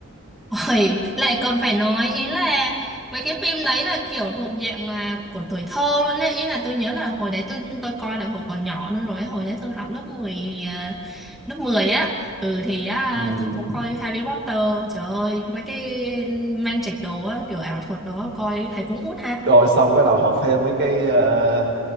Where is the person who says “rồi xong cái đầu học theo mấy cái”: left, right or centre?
Right